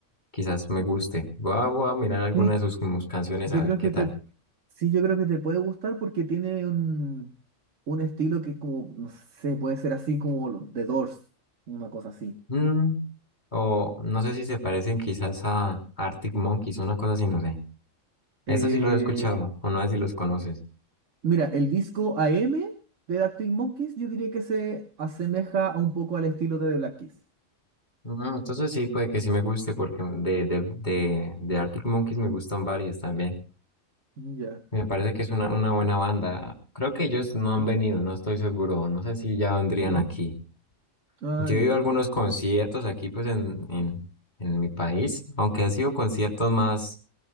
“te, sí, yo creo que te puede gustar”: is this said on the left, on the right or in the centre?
Right